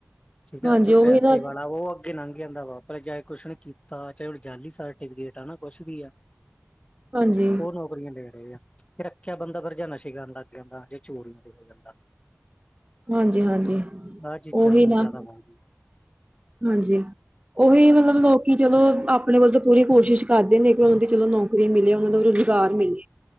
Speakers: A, on the left; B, on the right.
A: ਠੀਕ ਆ
B: ਹਾਂਜੀ
A: ਜੋ
B: ਉਹੀ
A: ਪੈਸੇ
B: ਨਾ
A: ਵਾਲਾ ਉਹ ਅ ਅੱ ਲੰਘ ਜਾਂਦਾ ਵਾਪ ਚਾਹੇ ਕੁਛ ਨੇ ਕੀਤਾ ਚਾਹੇ ਉਜੀ ਸਰਟੀਫਿਕੇਟ ਆ ਨਾ ਕੁਛ ਵੀ ਆ
B: ਹਾਂਜੀ
A: ਹੋਨ ਓਹਦੀਆਂ ਦੇ ਰਹੇ ਆ ਫਿਰ ਰੱਖਿਆ ਬੰਦਾ ਪਰ ਜਾਂ ਨਸ਼ੇ ਕਰਨ ਲੱਗ ਜਾਂਦਾ ਜੇ ਚੋਰੀਆਂ ਦੇ ਹੋ ਜਾਂਦਾ
B: ਹਾਂਜੀ ਹਾਂਜੀ
A: ਆਹ ਚੀਜ਼ਾਂ
B: ਓਹੀ
A: ਹੁਣ
B: ਨਾ
A: ਜ਼ਿਆਦਾ ਹੋ ਗਈਆਂ।
B: ਹਾਂਜੀ ਉਹੀ ਮਤਲਬ ਲੋਕ ਕਿ ਚਲੋ ਆਪਣੇ ਵੱਲ ਤਾਂ ਪੂਰੀ ਕੋਸ਼ਿਸ਼ ਕਰਦੇ ਨੇ ਕਿ ਉਹਨਾਂ ਦੀ ਚਲੋ ਨੌਕਰੀ ਮਿਲੇ ਉਹਨਾਂ ਨੂੰ ਰੁਜ਼ਗਾਰ ਮਿਲੇ